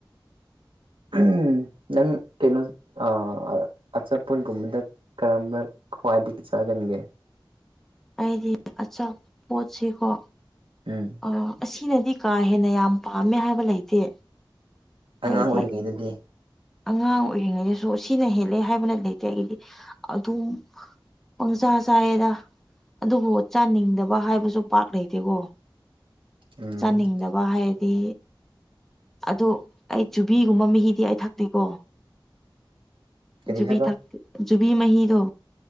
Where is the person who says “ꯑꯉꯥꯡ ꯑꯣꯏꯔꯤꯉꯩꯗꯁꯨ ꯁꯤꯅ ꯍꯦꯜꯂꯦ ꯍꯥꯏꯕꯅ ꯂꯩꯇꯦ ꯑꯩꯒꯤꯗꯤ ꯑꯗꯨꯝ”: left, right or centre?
Centre